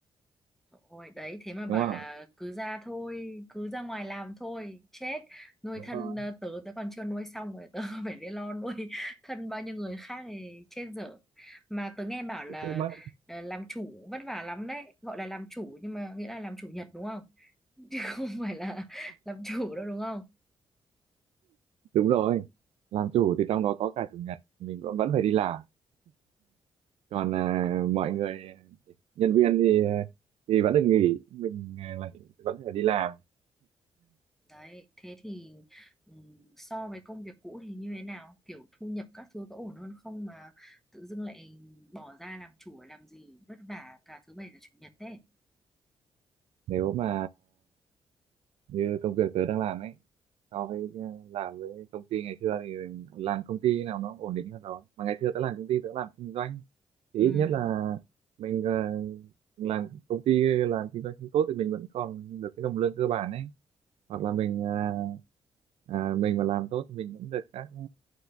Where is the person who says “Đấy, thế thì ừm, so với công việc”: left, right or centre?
Centre